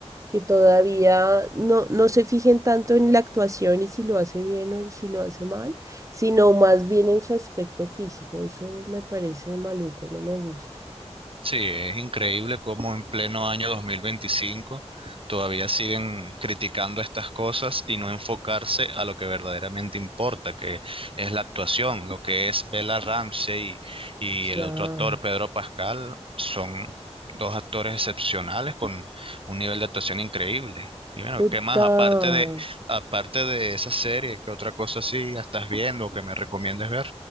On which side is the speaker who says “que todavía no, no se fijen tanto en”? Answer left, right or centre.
Right